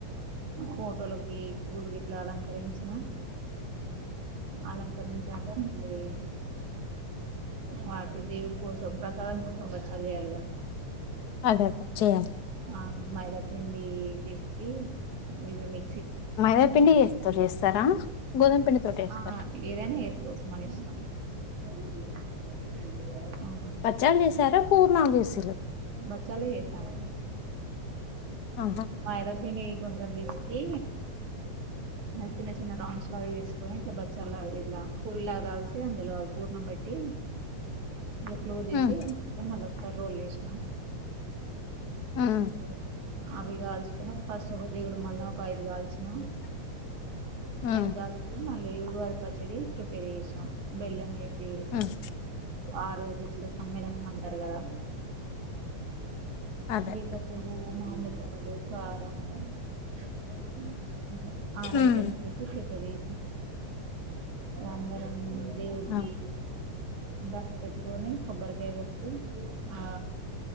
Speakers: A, on the right; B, on the left.
A: ఫోటోలకి పూలు గిట్లా అలంకరించినమ్ అలంకరించాక మళ్ళీ వాటి దేవుడి కోసం ప్రసాదం కోసం బచ్చాల్ చెయాలిగా
B: అదే అదే చేయాలి
A: ఆ మైదాపిండి డి పిస్కి ఇగొ మీ
B: మైదాపిండి ఎస్తో చేస్తారా గోధుమ పిండి తోటి యెస్తారా.
A: ఆ ఏదైనా వేసుకోవచ్చు మన ఇష్టం <inaudible> ఆ
B: బచ్చాల్ చేసారా పూర్నాలు చేస
A: బచ్చాలే చేసాను
B: ఆహా
A: మైదాపిండి కొంచం పిస్కి చిన్న చిన్న చిన్న రౌండ్స్ లాగా చేసుకొని ఇట్లా బచ్చాలాగా ఇట్లా పూరిలాగా కాల్చి అందులో పూర్ణం పెట్టి. మళ్ల క్లోజ్ చేసి
B: ఉమ్
A: మళ్ళ ఒకసారి రోల్ చేస్
B: ఉమ్
A: <inaudible> అవి కాల్చుకొని ఫస్ట్ ఒక దేవుడు మళ్లా ఒక ఐదు కాల్చిన.
B: ఉమ్
A: ఐదు గాల్చి మళ్ళీ ఉగాది పచ్చడి ప్రిపేర్ చేసినా బెల్లం వేసి యె
B: ఉమ్
A: ఆరు రుచుల సమ్మేళనం అంటారు కదా
B: అదే
A: వేప పూవు మామిడి కాయలు కారము ఉ అట్లా ఆర్
B: ఉమ్
A: ఐటమ్స్ వేసి ప్రిపేర్ చే అందరం దేవుడికి
B: ఆ
A: దండం పెట్టుకొని కొబ్బరికాయ గొట్టి ఆ